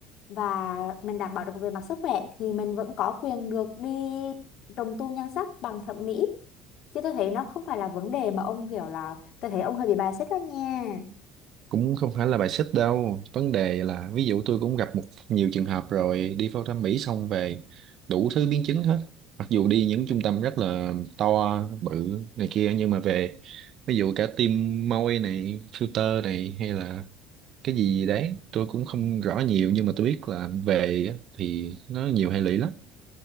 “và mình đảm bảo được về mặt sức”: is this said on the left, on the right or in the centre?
Left